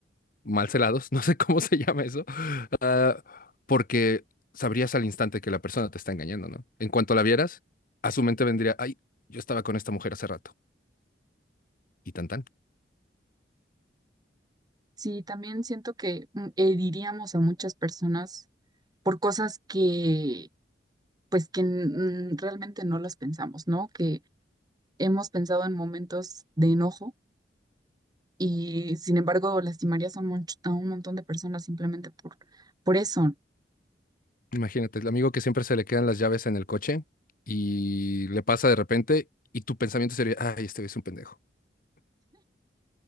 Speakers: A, on the left; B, on the right.
A: malcelados, <laughs> no sé cómo se llama eso, ah, porque sabrías al instante que la persona te está engañando, ¿no? En cuanto la vieras, a su mente vendría, ay, yo estaba con esta mujer hace rato, y tan tan.
B: sí, también siento que mm, heriríamos a muchas personas por cosas que, pues, que mm, realmente no las pensamos, ¿no? Que hemos pensado en momentos de enojo y, sin embargo, lastimarías a un, monch- a un montón de personas simplemente por, por eso.
A: Imagínate, el amigo que siempre se le quedan las llaves en el coche y le pasa de repente y tu pensamiento sería, ay, este güey es un pendejo.